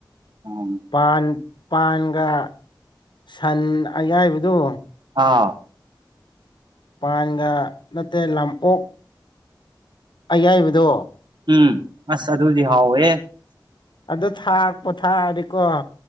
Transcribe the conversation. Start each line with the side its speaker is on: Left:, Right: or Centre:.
Right: ꯑꯥ
Left: ꯄꯥꯟ ꯄꯥꯟꯒ ꯁꯟ ꯑꯌꯥꯏꯕꯗꯣ
Right: ꯑꯥꯎ
Left: ꯄꯥꯟꯒ ꯅꯠꯇꯦ ꯂꯝꯑꯣꯛ ꯑꯩꯌꯥꯏꯕꯗꯣ
Right: ꯎꯝ ꯑꯁ ꯑꯗꯨꯗꯤ ꯍꯥꯎꯋꯦ
Left: ꯑꯗꯣ ꯊꯥꯛꯄꯣ ꯊꯥꯑꯗꯤꯀꯣ